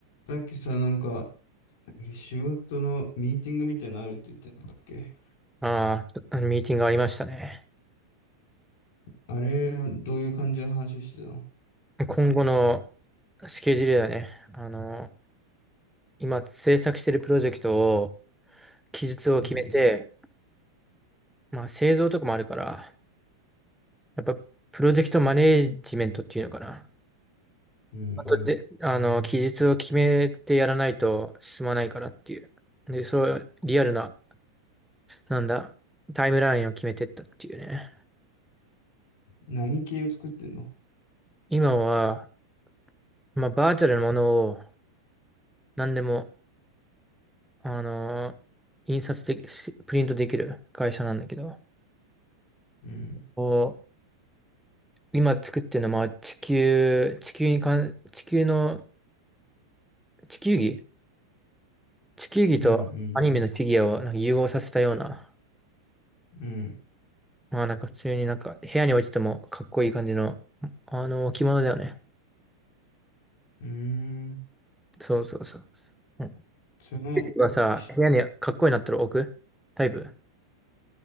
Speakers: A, on the left; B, in the centre.
A: さっきさ、なんか、仕事のミーティングみたいなのあるって言ってなかったっけ
B: ああ、ちょっとミーティングありましたね。
A: あれ、どういう感じの話してたの
B: 今後のスケジュールだね。あの、今制作してるプロジェクトを、期日を決めて、
A: うん
B: まあ製造とかもあるから、やっぱプロジェクトマネージメントっていうのかな。
A: うん。うんうん。
B: あとで、あの、期日を決めてやらないと進まないからっていう。で、そう、リアルな、なんだ、タイムラインを決めてったっていうね。
A: 何系を作ってんの
B: 今は、まあバーチャルなものを何でもあのー印刷でき、しプリントできる会社なんだけど、
A: うん
B: こう、今作ってるのは、まあ地球、地球にかん、地球の、地球儀地球儀とアニメのフィギュアをなんか融合させたような、
A: うんうん。うん。
B: まあなんか普通になんか部屋に置いててもかっこいい感じの、あの、置物だよね。
A: うーん。
B: そうそうそう。うん。ケ
A: その、
B: イトがさ、
A: しっ
B: 部屋にかっこいいなったら置くタイプ